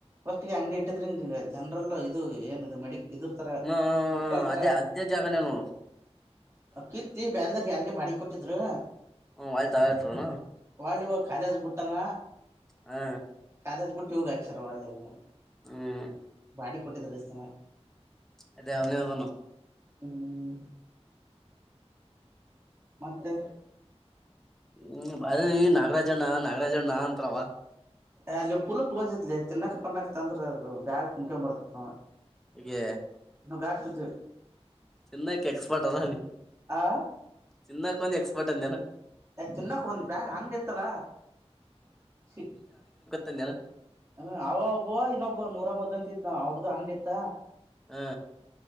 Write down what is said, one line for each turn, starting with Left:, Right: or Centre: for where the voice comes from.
Right: ಫಸ್ಟ್ಗೆ ಅಂಗಡಿ ಇಟ್ಟಿದ್ರಿ ಜನ್ರಲ್ ಇದು ಏನದು ಮೆಡ ಇದಿರ್ತಾರ
Centre: ಹ್ಮ
Right: ಬುಕ್ ಸಲ್ತರ
Centre: ಅದೇ ಅದೇ ಜಾಗನೇ ನೋಡು
Right: ಕಿತ್ತಿ ಬೇರೆದಾರ್ಗೆ ಯಾರಿಗೆ ಬಾಡಿ ಕೊಟ್ಟಿದ್ರು
Centre: ಹ್ಮ ವಯತ ಆಯತನು
Right: ಅಲಿ ಅಂದು ಕಾಲೇಜ್ ಬಿಟ್ಟಾನ
Centre: ಹಾ
Right: ಅದ್ ಬಿಟ್ಟು ಯೋಗಗ ಆಕ್ಷಿನ ವಾಲೇನ
Centre: ಹ್ಮ್
Right: ಬಾಡಿ ಕೊಟ್ಟಿದಸ್ತನ
Centre: ಅದೇ ಅವನ ಅದಣ
Right: ಹ್ಮ್ ಮತ್ತೆ
Centre: ಹ್ಮ್ ಬಾರಿ ನಾಗರಾಜ ಅಣ್ಣ ನಾಗರಾಜಣ್ಣ ಅಂತವ
Right: ಅಲ್ಲಿ ಪುಲಕ್ ಲೋಸ್ ಇದ್ಲಿ ತಿನ್ನಕ್ ಪನ್ನಾಕ್ ಅಂದ್ರ ಬ್ಯಾಗ್ ಮುನ್ಕೊ ಬರ್ತ
Centre: ಈ
Right: ನಗಾಟುದು
Centre: ಚಿನ್ನ ಎಕ್ಸ್ಪರ್ಟ್ ಅಲ್ಲ
Right: ಆ
Centre: ಚಿನ್ನ ಕೊಂದು ಎಕ್ಸ್ಪರ್ಟ್ ಅನ
Right: ಎ್ ಚಿನ್ನಕ್ಕ ಒಂದು ಬ್ಯಾಗ್ ಹಂಗ್ಡಿ ಇತ್ತಲ ಸಿ
Centre: ತನ್ನ
Right: ಹ್ಮ ಅವ ಒಬ್ಬೋ ಇನ್ನೊಬ್ಬೊ ನೂರ ಮದ್ದ ಅಂತಿದ್ ನಾವ ಅವ್ರ್ದು ಅಂಗಡಿ ಇತ್ತ
Centre: ಹಾ